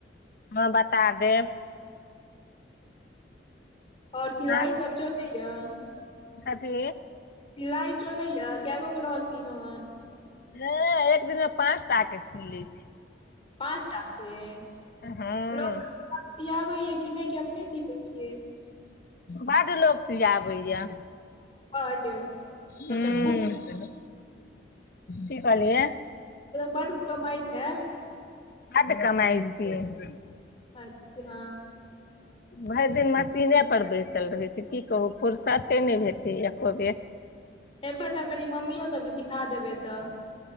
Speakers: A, on the left; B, on the left.
A: हँ बता देब
B: ओर सिलाइ
A: अहाँ
B: सब जोड़ै या
A: कथी
B: सिलाइ चोलै ह कगो ब्लाउज सीिलोन
A: है एक दिनमे पाँच टाक सी लै
B: पाँचटा से
A: हँ
B: लोकसभ सिियाबैय कि नहि कि अपने सिबै छियै
A: बढ लोक सीआबैया
B: बड तब
A: ह
B: तऽ खूब
A: की कहलियै
B: बड कमइतै हेब
A: बड कमाइ भेल
B: अच्छा
A: भरि दिन मशीने पर बैसल रहै छै की कहू फुरसते नहि भेटै एको बेर
B: एबै तब कनि मम्मो सबके सिखा देबै तऽ